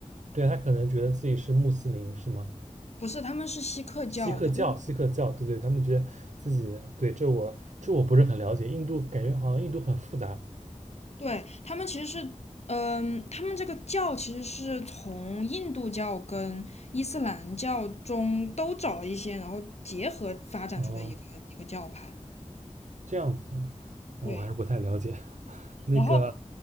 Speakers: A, on the right; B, on the left.
A: 对啊他可能觉得自己是穆斯林，是吗？
B: 不是，他们是锡克教的，
A: 锡克教，
B: 就
A: 锡克教，对对，他们觉得自己对这我这我不是很了解，印度感觉好像印度很复杂
B: 对，他们其实是，嗯，他们这个教其实是从印度教跟伊斯兰教中都找了一些，然后结合发展出的一个一个教派。
A: 哦，这样子，啊，
B: 对，
A: 我还是不太了解。<laughs> 那个，
B: 然后，